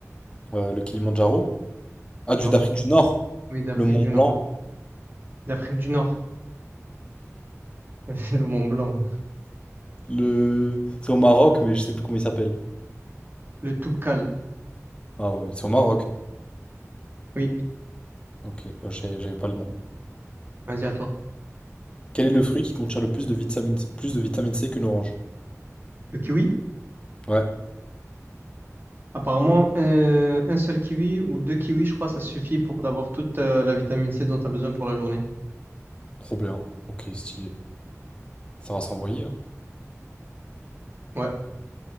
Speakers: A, on the left; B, on the right.
A: Euh, le Kilimandjaro? Ah, du
B: Non.
A: d'Afrique du Nord.
B: Oui, d'Afrique
A: Le Mont
B: du
A: Blanc.
B: Nord. D'Afrique du Nord. <laughs> Le Mont Blanc.
A: Le... C'est au Maroc, mais je sais plus comment il s'appelle.
B: Le Toubkal.
A: Ah ouais, c'est au Maroc.
B: Oui.
A: Ok, ouais, je sais- j'avais pas le nom.
B: Vas-y, à toi.
A: Quel est le fruit qui contient le plus de vitamine C, plus de vitamine C qu'une orange?
B: Le kiwi?
A: Ouais,
B: Apparemment, euh, un seul kiwi ou deux kiwis, je crois, ça suffit pour avoir toute euh, la vitamine C dont tu as besoin pour la journée.
A: trop bien. Ok, stylé. Ça va s'envoyer, hein.
B: Ouais.